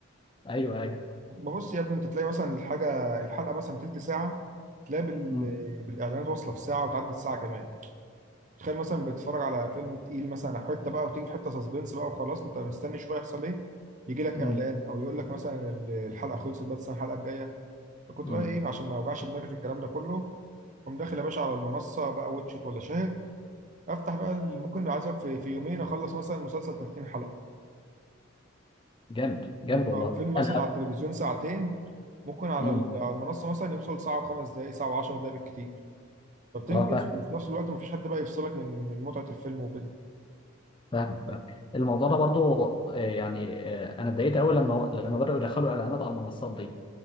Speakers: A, on the left (about 25°); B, on the right (about 35°).
A: ايوه ايوه
B: ببص يا ابني انت تلاقي مثلا الحاجه الحلقه مثلا تلت ساعه تلاقي بال...
A: مم.
B: بالاعلانات واصله في ساعه وتعدي الساعه كمان تخيل مثلا بتتفرج على فيلم تقيل مثلا أو حته بقى وتيجي في حته سسبنس بقى وخلاص انت مستني شويه يحصل ايه يجي لك
A: مم.
B: اعلان او يقول لك مثلا ال- الحلقه خلصت بس الحلقه الجايه فكنت
A: مم.
B: بقى ايه عشان ما اوجعش دماغي في الكلام ده كله قوم داخل يا باشا على المنصه بقى واتشيت ولا شاهد افتح بقى ال- ممكن عايز أقولك في في يومين اخلص مثلا مسلسل 30 حلقه
A: جامد جامد
B: م-
A: والله
B: آه، فيلم مثلا
A: انا
B: على التلفزيون ساعتين ممكن على
A: مم.
B: ال- على المنصه مثلا يوصل ساعه وخمس دقائق ساعه وعشر دقائق بالكتير فبتنجز
A: اه فاهم
B: وفي نفس الوقت مفيش حد بقى يفصلك من من متعه الفيلم وكده
A: فاهمك فاهمك الموضوع ده برضو آه، يعني آه، انا اتضايقت قوي لما لما بداوا يدخلوا اعلانات على المنصات دي